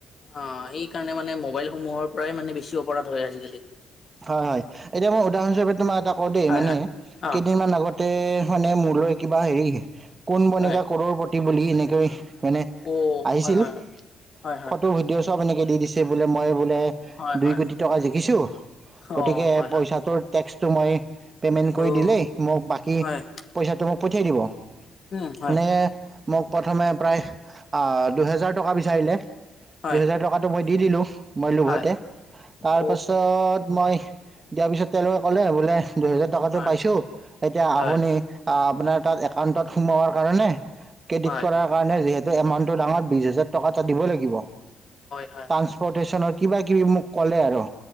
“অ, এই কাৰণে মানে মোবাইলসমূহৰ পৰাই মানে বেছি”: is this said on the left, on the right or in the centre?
Left